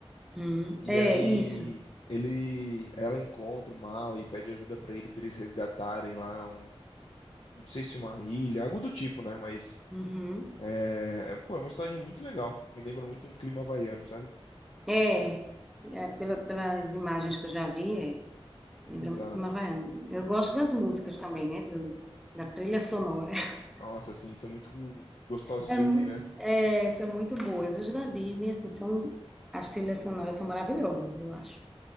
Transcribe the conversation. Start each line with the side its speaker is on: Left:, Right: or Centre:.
Centre: Hum.
Left: e
Centre: É,
Left: aí
Centre: isso.
Left: ele ela encontra o Maui e pede ajuda pra ele pra eles resgatarem lá um, não sei se uma ilha, algo do tipo, né, mas
Centre: Uhum.
Left: É, pô, é uma historinha muito legal. Me lembra muito um clima havaiano, sabe?
Centre: É, é, pela- pelas imagens que eu já vi, é,
Left: Exato.
Centre: lembra muito Clima Havaiano. Eu gosto das músicas também, né? do- da trilha sonora. <laughs>
Left: Nossa, assim, são muito gostosos
Centre: É
Left: de
Centre: mu-
Left: ouvir, né?
Centre: é, são muito boas. Os da Disney, assim, são, as trilhas sonoras são maravilhosas, eu acho,